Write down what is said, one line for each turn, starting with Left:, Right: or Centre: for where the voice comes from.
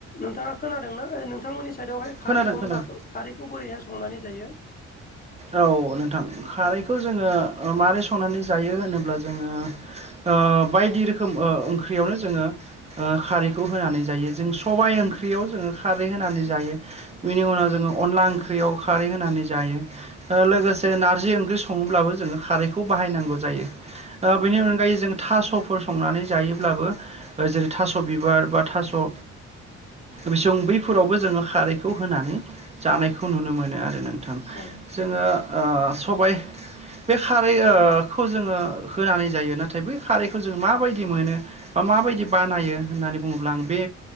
Left: नोंथाङा खोनादोंना नोंथांमोननि साइदआवहाय खारै
Right: खोनादों
Left: अनला
Right: खोनादों
Left: खारैखौ बोरैहाय संनानै जायो।
Right: औ नोंथां खारैखौ जोङो माबारै संनानै जायो होनोब्ला जोङो ओ बायदि रोखोम ओ ओंख्रिआवनो जोङो ओ खारैखौ होनानै जायो जों सबाय ओंख्रियाव जोङो खारै होनानै जायो। बिनि उनाव जोङो अनला ओंख्रियाव खारै होनानै जायो।
Left: औ
Right: लोगोसे नारजि ओंख्रि सङोब्लाबो जोङो खारैखौ बाहायनांगौ जायो
Left: औ
Right: बेनि अन फं गायै जों थास'फोर संनानै जायोब्लाबो जेरै थास' बिबार बा थास'। बिसं बैफोरावबो जोङो खारैखौ होनानै जानायखौ नुनो मोनो आरो नोंथां‌।
Left: औ
Right: जोङो ओ सबाय बे खारै ओ खौ जोङो होनानै जायो नाथाय बै खारैखो जों माबायदि मोनो। ओ माबायदि बानायो होननानै बुङोब्ला आं बे